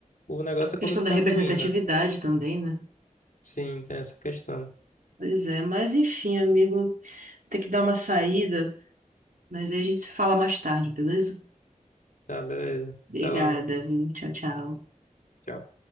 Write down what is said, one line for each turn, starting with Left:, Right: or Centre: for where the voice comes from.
Left: O negócio é quando
Right: questão
Left: fica
Right: da representatividade
Left: ruim, né?
Right: também, né?
Left: Sim, tem essa questão.
Right: Pois é, mas enfim, amigo, vou ter que dar uma saída. Mas aí a gente se fala mais tarde, beleza?
Left: Tá, beleza.
Right: Obrigada,
Left: Até logo.
Right: viu? Tchau, tchau.
Left: Tchau.